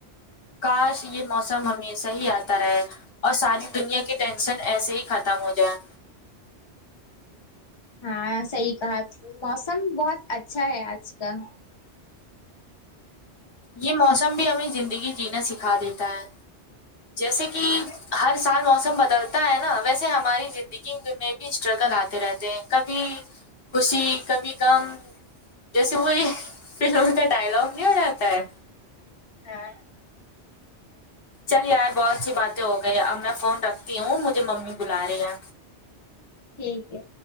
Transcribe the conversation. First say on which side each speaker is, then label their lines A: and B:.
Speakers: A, on the left; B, on the left.
A: کاش یے موسم ہمشہ ہی آتا رہے اور ساری دنیا کی ٹینشن ایسے ہی ختم ہو جائے
B: ہاں صحیح کہا موسم بہت اچھا ہے آج ک
A: یے موسم بھی ہمیں زندگی جینا سکھا دیتا ہے جیسے کی ہر سال موسم بدلتا ہے نا ویسے ہماری زندگی میں بھی اسٹرگل آتے رہتے ہیں کبھی خوشی کبھی غم جیسے وہ یے فلم کا ڈائلگ نہیں ہو جاتا ہے
B: ہاں
A: چل یار بہت سی باتیں ہو گئی اب میں فون رکھتی ہوں مجھے ممی بلا رہی ہے
B: ٹھیک ہے